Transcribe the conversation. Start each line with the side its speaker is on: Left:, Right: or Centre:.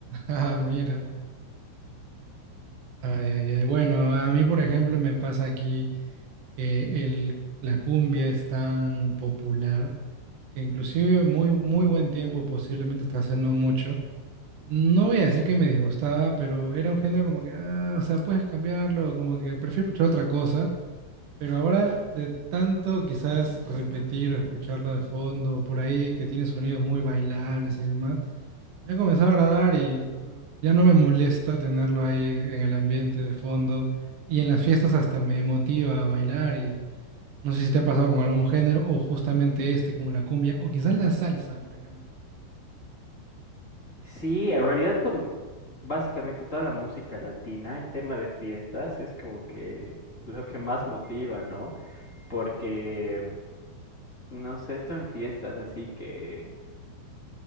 Right: Ah, mira. Ay, ay, ay. Bueno, a mí, por ejemplo, me pasa aquí que el, la cumbia es tan popular que inclusive muy, muy buen tiempo, posiblemente hasta hace no mucho. No voy a decir que me disgustaba, pero era un género como que, ah, o sea, puedes cambiarlo, como que prefiero escuchar otra cosa. Pero ahora, de tanto quizás repetir o escucharlo de fondo, por ahí que tiene sonidos muy bailables y demás. Me ha comenzado a agradar y eh, ya no me molesta tenerlo ahí en el ambiente de fondo. Y en las fiestas hasta me motiva a bailar y no sé si te ha pasado con algún género o justamente este, como la cumbia o quizás la salsa, por ejemplo.
Left: Sí, en realidad con básicamente toda la música latina en tema de fiestas es como que lo que más motiva, ¿no? Porque No sé, esto en fiestas, así que...